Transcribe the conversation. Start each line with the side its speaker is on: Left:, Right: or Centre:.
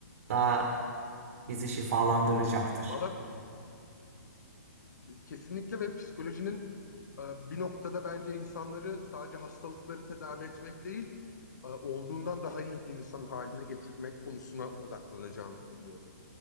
Right: Daha bizi şifalandıracaktır.
Left: Valla Kesinlikle ve psikolojinin e, bir noktada bence insanları sadece hastalıkları tedavi etmek değil, e, olduğundan daha iyi bir insan haline getirmek konusuna odaklanacağını düşünüyorum.